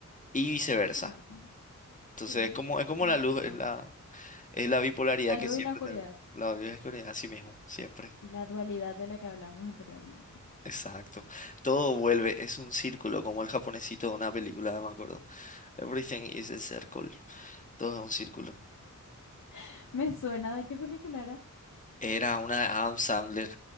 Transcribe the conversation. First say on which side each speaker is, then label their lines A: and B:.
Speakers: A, on the left; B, on the left.
A: Y viceversa.
B: Cierto,
A: Entonces
B: sí,
A: es como, es como
B: tenés
A: la luz,
B: razón.
A: es la, es la bipolaridad
B: La luz
A: que siempre
B: y la oscuridad
A: tenemos. La bipolaridad, así mismo, siempre.
B: y la dualidad de la que hablamos anteriormente.
A: Exacto. Todo vuelve, es un círculo, como el japonesito de una película, me acuerdo. Everything is a circle. Todo es un círculo.
B: <laughs> Me suena de qué película era.
A: Era una Adam Sandler